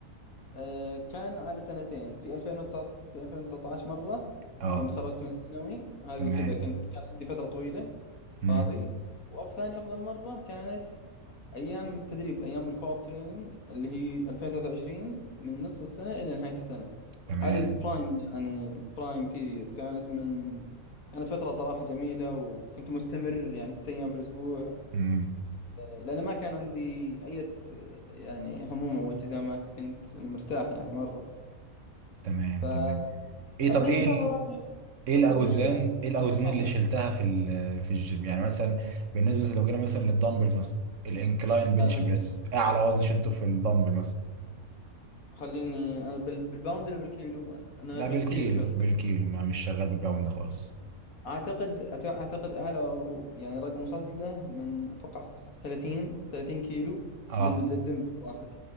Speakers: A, on the left; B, on the right.
A: آه، كان على سنتين في 2019 في 2019 مرة
B: اه
A: يوم تخرجت من الثانوي هذه
B: تمام
A: كذا كنت كان عندي فترة طويلة
B: امم
A: فاضي وأف ثاني أفضل مرة كانت أيام التدريب أيام الكوب تريننج اللي هي 2023 من نص السنة إلى نهاية السنة
B: تمام
A: هذه البرايم يعني البرايم بيريد كانت من كانت فترة صراحة جميلة وكنت مستمر يعني ست أيام في الأسبوع
B: امم
A: لأن ما كان عندي أي يعني هموم أو التزامات كنت مرتاح يعني مرة
B: تمام
A: فالحين
B: تمام ايه طب ايه
A: ان شاء
B: ال-
A: الله راضي
B: ايه
A: بس
B: الاوزان
A: المشكله
B: ايه الاوزان
A: صعب
B: اللي شلتها في ال- في الجيم يعني مثلا بالنسبة مثلا لو جينا مثلا للدمبلز مثلا الانكلاين بنش
A: أم،
B: بريس اعلى وزن شلته في الدمبل مثلا
A: خليني أنا بال- بالباوند ولا بالكيلو انا
B: لا
A: بالكيلو
B: بالكيلو
A: شغال
B: بالكيلو ما مش شغال بالباوند خالص
A: اعتقد أت- اعتقد اعلى يعني رقم وصلت له من اتوقع 30 30 كيلو
B: اه
A: لل- للدم واحد